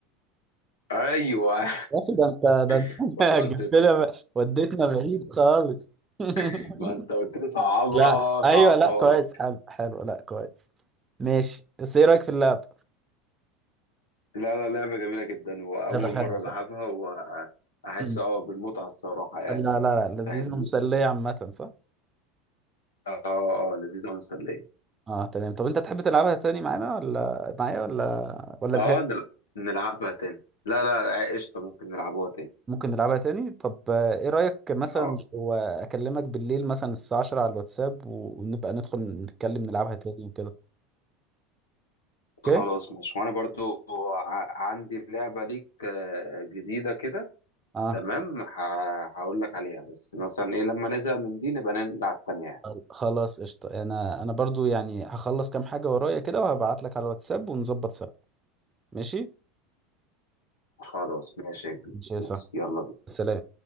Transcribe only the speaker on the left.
ايوه
<laughs>
وصلت
انت
<laughs> ما انت قلت لي صعبها
صعبتها
لك
لا لا لعبه جميله جدا واول
مره
العبها
واحس
اه بالمتعه الصراحه يعني
فاهمني
اه اه لذيذه ومسليه
اه
نل- نلعبها تاني لا لا لا، قشطه ممكن نلعبوها تاني
اه
خلاص
ماشي وانا برضو ع- عندي لعبة ليك آه، جديدة كده
تمام ه- هقول لك عليها بس مثلا ايه لما نزهق من دي نبقى نلعب تانية يعني
خلاص ماشي يا كبير
ماشي
يلا بينا.